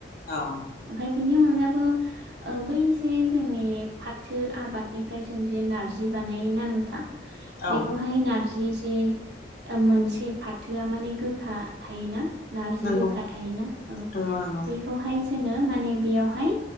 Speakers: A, on the left (about 55°); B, on the right (about 70°).
A: औ।
B: ओमफाय बिनि अनगाबो ओ बै जे जोंनि फाथो आबादनिफ्राय जों जे ना नारजि बानायो ना नोंथां
A: औ
B: बेखौहाय नारजि जे मोनसे फाथोआ माने गोखा थायोना। नारजि
A: नंगौ
B: गोखा थायोना औ
A: नंगौ नंगौ
B: बेखौहाय ओ माने बेयावहाय